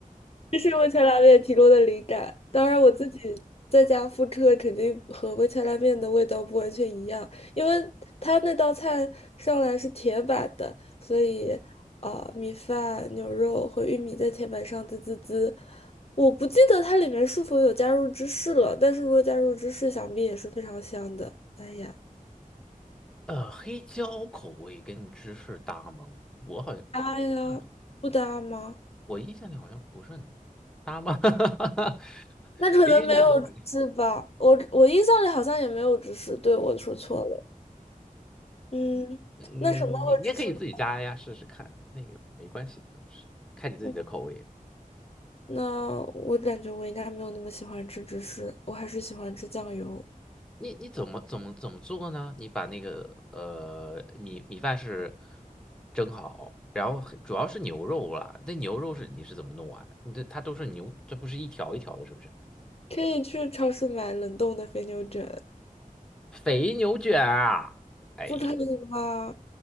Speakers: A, on the left (about 45°); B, in the centre.
A: 这是味千拉面提供的灵感。当然，我自己在家复刻肯定和味千拉面的味道不完全一样，因为它那道菜上来是铁板的，所以啊、呃米饭、牛肉和玉米在铁板上滋滋滋。我不记得它里面是否有加入芝士了，但是如果加入芝士，想必也是非常香的。哎呀，
B: 呃，黑椒口味跟芝士搭吗？我好像
A: 搭呀，
B: 让你，
A: 不搭吗？
B: 我印象里好像不是很搭吗？<laughs>
A: 那可能没有芝士吧，
B: 我印象里好像，
A: 我我印象里好像也没有芝士，对，我说错了。嗯，
B: 嗯，
A: 那什么和芝士呢
B: 你你也可以自己加呀，试试看，那个没关系的，都是看你自己的口味。
A: 嗯那我感觉我应该没有那么喜欢吃芝士，我还是喜欢吃酱油。
B: 你你怎么怎么怎么做呢？你把那个呃米米饭是蒸好，然后主要是牛肉啦，那牛肉是你是怎么弄啊？这它都是牛，这不是一条一条的，是不是？
A: 可以去超市买冷冻的肥牛卷，
B: 肥牛卷啊！哎呦。
A: 不可以吗？